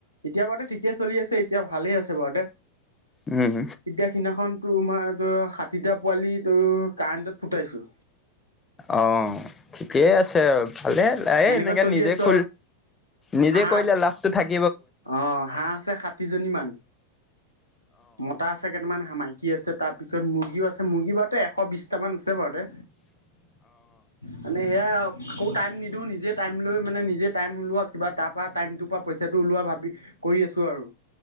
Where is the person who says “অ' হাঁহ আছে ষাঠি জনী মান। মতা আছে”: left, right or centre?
Right